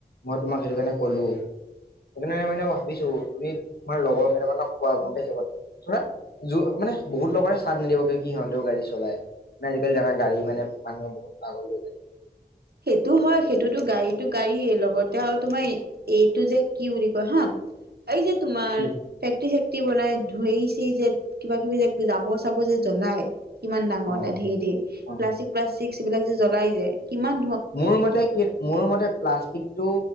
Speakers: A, on the left; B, on the right.
A: মই তোমাক সেইটো কাৰণে ক'লো সেইকাৰণে মানে ভাবিছো, তুমি তোমাৰ লগৰ কেইটা মানক কোৱা। গম পাইচা? ধৰা মানে বহুত লগে ও চাদ নিদিবগে কি সিহঁতেও গাড়ী চলাই। মানে আজিকালি জানাই গাড়ী কাৰণে মানুহ বহুত পাগল হৈ থাকে।
B: সেইটো হয়, সেইটোতো গাড়ীটো গাড়ীয়ে লগতে আৰু তোমাৰ এইটো যে কি বুলি কয় হা। এই যে তোমাৰ
A: কি
B: তি শেক্তি বনাই ধুইচি যে কিবা কিবি যে জাব চাব যে জ্বলাই। কিমান ডাঙৰতে
A: অ
B: ধেঢে
A: অ
B: প্লাষ্টিক-প্লাষ্টিক টিকচ এইবিলাক যে জ্বলাই যে। ইমান
A: মোৰ মতে কি, মোৰ মতে প্লাষ্টিক টো